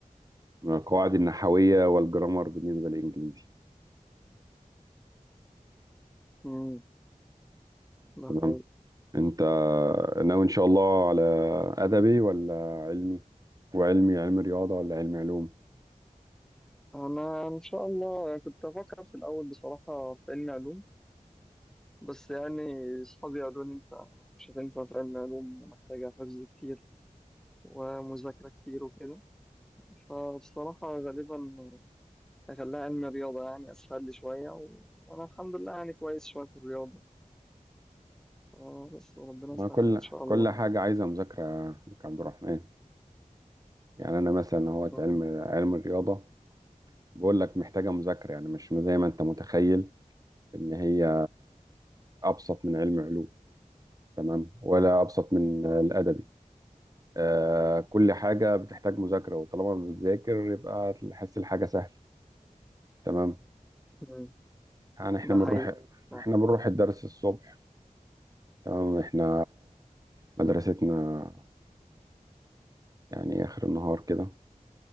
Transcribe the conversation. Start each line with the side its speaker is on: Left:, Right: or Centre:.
Right: من القواعد النحويه والجرامر بالنسبه للانجليزي
Centre: مم، ده
Right: تمام
Centre: حقيقي
Right: انت ناوي ان شاء الله على ادبي ولا علمي وعلمي علم رياضه ولا علم علوم
Centre: انا ان شاء الله كنت افكر في الاول بصراحه في علم علوم بس يعني اصحابي قالوا لي انت مش هتنفع في علم علوم ومحتاجه حفظ كتير ومذاكره كتير وكده فبصراحة غالبا أخليها علم رياضة يعني أسهل لي شوية و... وأنا الحمد لله يعني كويس شوية في الرياضة آه بس ربنا
Right: وكل
Centre: يسهل إن شاء الله
Right: كل حاجه عايزه مذاكره يا عبد الرحمن يعني انا مثلا هو
Centre: مم.
Right: علم علم الرياضه بقول لك محتاجه مذاكره يعني مش زي ما انت متخيل ان هي ابسط من علم علوم تمام ولا ابسط من الادبي آه كل حاجه بتحتاج مذاكره وطالما بتذاكر يبقى تحس الحاجه سهله تمام
Centre: مم.
Right: يعني احنا
Centre: ده
Right: بنروح
Centre: حقيقي آه.
Right: احنا بنروح الدرس الصبح تمام احنا مدرستنا يعني اخر النهار كده